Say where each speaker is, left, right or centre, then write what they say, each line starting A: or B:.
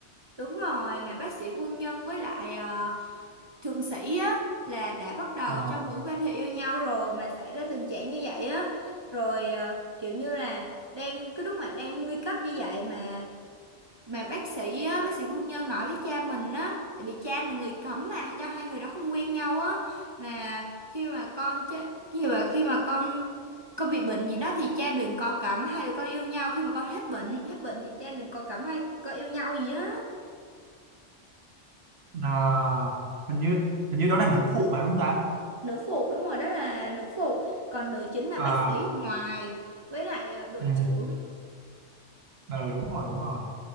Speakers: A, on the right; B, on the right.
A: Đúng rồi, là bác sĩ quân nhân với lại ờ, thượng sĩ á là đã bắt đầu
B: Ờ,
A: trong mối quan hệ yêu nhau rồi mà xảy ra tình trạng như vậy á, rồi ờ, kiểu như là đang cái lúc mà đang nguy cấp như vậy mà mà bác sĩ á, bác sĩ quân nhân nói với cha mình á tại vì cha là người cấm mà cho hai người đó không quen nhau á là khi mà con chết cái gì mà khi mà con con bị bệnh gì đó thì cha đừng có cấm hai đứa con yêu nhau khi mà con hết bệnh hết bệnh thì cha đừng có cấm hai con yêu nhau gì á
B: à, hình như hình như đó là nữ phụ mà đúng không ta
A: nữ phụ đúng rồi đó là nữ phụ còn nữ chính là
B: à
A: bác sĩ ở ngoài với lại ờ, đội
B: ừ,
A: trưởng
B: ờ, đúng rồi đúng rồi